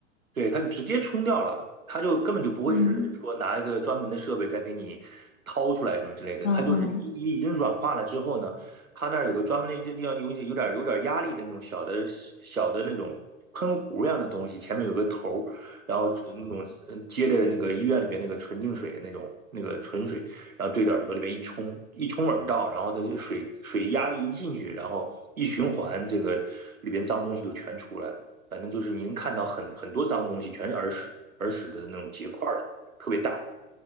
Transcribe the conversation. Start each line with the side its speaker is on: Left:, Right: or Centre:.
Right: 对，它就直接冲掉了，它就根本就不会是说拿一个专门的设备再给你掏出来什么之类的，
Left: 嗯。嗯嗯，
Right: 它就是已已已经软化了之后呢，它那儿有个专门的一个地方，有些有点有点压力的那种小的小的那种喷壶一样的东西，前面有个头儿，然后那种嗯接着那个医院里边那个纯净水的那种那个纯水，然后对着耳朵里边一冲，一冲耳道，然后它就水水压力一进去，然后一循环，这个里边脏东西就全出来了。反正就是您看到很很多脏东西，全是耳屎，耳屎的那种结块儿，特别大。